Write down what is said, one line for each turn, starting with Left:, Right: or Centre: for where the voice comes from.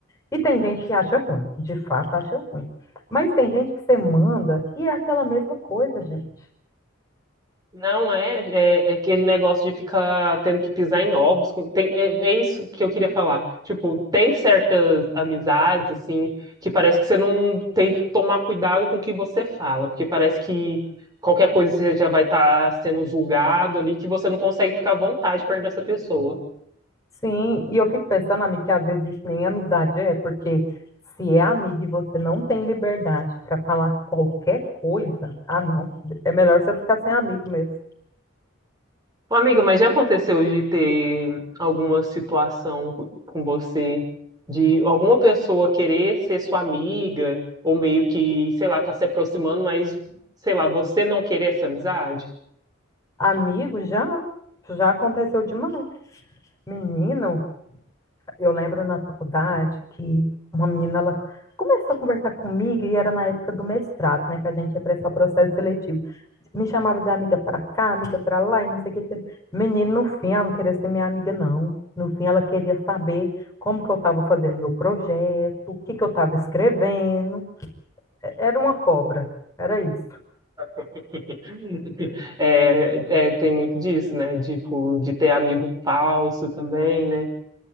Left: E tem gente que acha ruim, de fato acha ruim. Mas tem gente que você manda e é aquela mesma coisa, gente.
Right: Não é, é, é aquele negócio de ficar tendo que pisar em ovos. com- Tem, é, é isso que eu queria falar. Tipo, tem certas amizades, assim, que parece que você não tem que tomar cuidado com o que você fala, porque parece que qualquer coisa você já vai estar sendo julgado ali, que você não consegue ficar à vontade perto dessa pessoa.
Left: Sim, e eu fico pensando, amiga, que às vezes isso nem amizade é, porque se é amigo e você não tem liberdade para falar qualquer coisa, ah, não, é melhor você ficar sem amigo mesmo.
Right: Ô, Amiga, mas já aconteceu de ter alguma situação com você, de alguma pessoa querer ser sua amiga, ou meio que, sei lá, tá se aproximando, mas, sei lá, você não querer essa amizade?
Left: Amigo já, já aconteceu demais. Menino, Eu lembro na faculdade que uma menina ela começou a conversar comigo e era na época do mestrado, né, que a gente ia prestar o processo seletivo. Me chamava de amiga para cá, amiga para lá e não sei o que. que- Menino, no fim, ela não queria ser minha amiga, não. No fim, ela queria saber como que eu estava fazendo meu projeto, o que que eu estava escrevendo. É- Era uma cobra, era isso.
Right: <laughs> É, é, tem muito disso, né? Tipo, de ter amigo falso também, né?